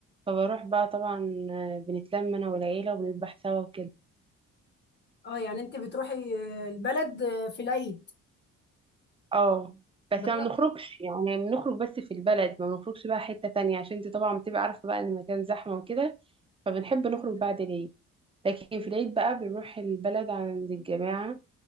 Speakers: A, on the right (about 20°); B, on the left (about 35°).
A: فبروح بقى طبعا آه، بنتلم انا والعيلة وبنذبح سوا وكده
B: اه يعني انت بتروحي البلد في العيد
A: اه بس
B: بت...
A: ما بنخرجش يعني بنخرج بس في البلد ما بنخرجش بقى حتة تانية عشان انت طبعا بتبقى عارفة بقى ان المكان زحمة وكده فبنحب نخرج بعد العيد لكن في العيد بقى بنروح البلد عند الجماعة